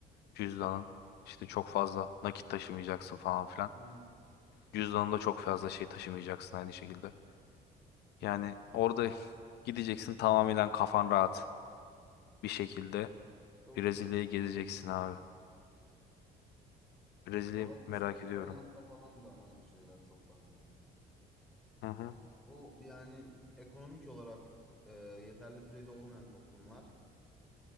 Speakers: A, on the left; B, in the centre.
A: Cüzdanın işte çok fazla nakit taşımayacaksın falan filan.
B: Hı hı.
A: Cüzdanında çok fazla şey taşımayacaksın aynı şekilde. Yani orada <laughs> gideceksin tamamen kafan rahat bir şekilde.
B: Doğru
A: Brezilya'yı
B: söylüyorsun.
A: gezeceksin abi. Brezilya'yı
B: Ya bak mesela
A: merak
B: Tayland'da
A: ediyorum.
B: falan da aynı şeyler çok fazla.
A: Hı hı.
B: O yani ekonomik olarak e, yeterli düzeyde olmayan toplumlar